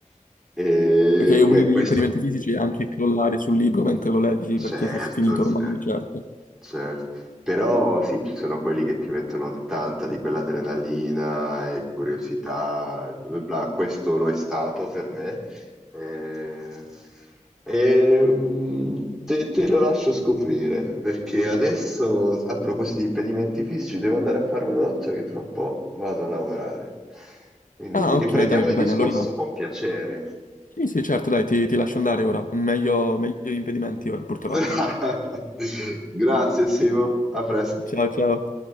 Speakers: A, in the centre; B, on the left (about 75°).
A: E
B: perché uno
A: que-
B: degli
A: questo
B: impedimenti fisici è anche crollare sul libro mentre lo leggi
A: Certo,
B: perché sei sfinito
A: certo,
B: ormai, certo.
A: certo. Però sì, ci sono quelli che ti mettono tanta di quell'adrenalina e curiosità, e bla bla bla. Questo lo è stato per me. Eh, ehm, te, te lo lascio scoprire, perché adesso, a proposito di impedimenti fisici, devo andare a fare una doccia che tra un po' vado a lavorare. Quindi
B: Ah,
A: riprendiamo
B: ok, dai, va
A: il
B: bene,
A: discorso
B: allora...
A: con piacere.
B: Sì, sì, certo, dai, ti, ti lascio andare ora. Meglio, meglio gli impedimenti ora, purtroppo.
A: <laughs> Grazie, Simo. A presto.
B: Ciao, ciao.